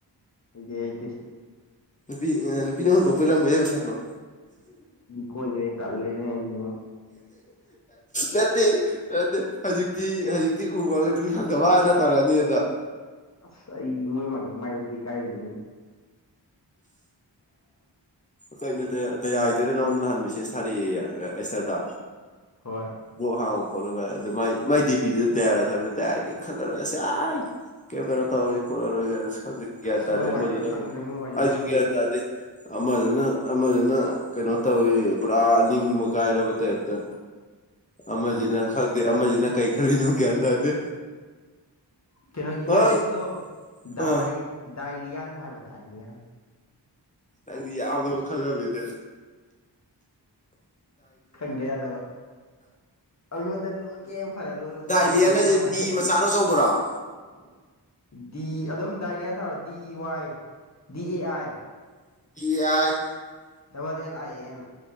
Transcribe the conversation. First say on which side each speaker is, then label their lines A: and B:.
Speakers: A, on the left (about 40°); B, on the left (about 20°).
A: ꯑꯩꯦ ꯍ ꯀꯦ
B: ꯅꯨꯄꯤ ꯅꯨꯄꯤꯅ ꯍꯨꯟꯗꯣꯛꯄꯤꯔꯝꯕ ꯌꯥ ꯑꯩ ꯃꯁꯛꯇꯣ
A: ꯀꯣꯏꯈꯦ ꯇꯜꯂꯦꯅꯦ ꯍꯥꯏꯏ
B: ꯅꯠꯇꯦ ꯅꯠꯇ ꯍꯧꯖꯤꯛꯇꯤ ꯍꯧꯖꯤꯛꯇꯀꯤ ꯎꯕꯒ ꯅꯨꯄꯤ ꯍꯪꯊ ꯋꯥꯅ ꯇꯧꯔꯛꯑꯅꯤꯗ
A: ꯑꯁ ꯑꯩ ꯃꯣꯏꯃꯥꯡꯗ ꯃꯥꯏ ꯎꯠꯄ ꯀꯥꯏꯔ‌ꯦꯅ‌ꯦ <inaudible>
B: ꯀꯩꯅꯣ ꯇꯌꯥ ꯇꯌꯥꯏꯗꯨꯅ ꯅꯉꯣꯟꯗ ꯅꯍꯥꯟꯃꯤꯁꯦ ꯊꯥꯔꯛꯑꯌ‌ꯦ ꯑꯦꯁꯇꯔꯗ
A: ꯍꯣꯏ
B: ꯕꯂꫭꯛ ꯍꯥꯡꯉꫭ ꯈꯣꯠꯂꯒ ꯑꯗꯨ ꯃꯥꯏ ꯃꯥꯏ ꯗꯤꯄꯤꯗꯨꯅ ꯇꯌꯥꯔ ꯊꯕ ꯇꯥꯏꯔꯒꯦꯅ ꯈꯜꯂꯔ ꯑꯁ <unintelligible> ꯀꯩꯝ ꯀꯩꯅꯣ ꯇꯧꯔꯣꯏ ꯈꯣꯠꯂꯔꯣꯏ ꯈꯪꯗ ꯒ꯭ꯌꯥꯟ
A: ꯑꯁ
B: ꯇꯥꯗꯦ
A: ꯃꯣꯏ ꯋꯥꯔꯤꯁꯦ
B: ꯑꯃꯗꯨꯅ
A: ꯑꯩ ꯈꯪꯗ꯭ꯔꯦ ꯃꯣꯏ ꯋꯥꯔꯤꯁꯦ
B: ꯑꯩꯁꯨ
A: ꯑꯩ ꯈꯪꯗ꯭ꯔꯦ
B: ꯒ꯭ꯌꯥꯟ ꯇꯥꯗꯦ ꯑꯃꯗꯨꯅ ꯑꯃꯗꯨꯅ ꯀꯩꯅꯣ ꯇꯧꯋꯤ ꯄꯨꯔꯥ ꯅꯤꯡꯕ ꯀꯥꯏꯔꯕ ꯇꯥꯏꯞꯇ ꯑꯃꯖꯤꯅ
A: ꯑꯗꯨꯅꯤ
B: ꯈꯪꯗꯦ ꯑꯃꯁꯤꯅ ꯀꯔꯤ ꯈꯜꯂꯤꯅꯣ ꯒ꯭ꯌꯥꯟ ꯇꯥꯗꯦ
A: ꯀꯩꯅꯣ ꯌꯨꯖꯔꯅꯦꯝꯗꯣ
B: ꯅꯪ
A: ꯗꯥꯏ
B: ꯑ
A: ꯗꯥꯏꯂꯤꯌꯥꯟ ꯍꯥꯏꯕ ꯗꯥꯏꯂꯤꯌꯥꯟ
B: ꯅꯪꯗꯤ ꯌꯥꯝꯅꯕꯨ ꯈꯪꯎꯝꯃꯤꯅ‌ꯦ
A: ꯈꯪꯗ ꯌꯥꯗꯕ ꯑꯩꯉꯣꯟꯗ ꯂꯣꯟꯀꯦ ꯐꯅꯥ ꯂꯣꯜꯂꯁꯨ
B: ꯗꯥꯏꯂꯤꯌꯥꯟ
A: ꯅꯣꯡ ꯅꯤꯅꯤ
B: ꯍꯥꯏꯁꯦ
A: ꯃꯉꯥꯏ
B: ꯗꯤ ꯃꯆꯥꯔꯣ ꯑꯆꯧꯕꯔꯣ
A: ꯗꯤ ꯑꯗꯨꯝ ꯗꯥꯏꯔꯤꯌꯥꯅ D Y D A I
B: D A I
A: double L I A N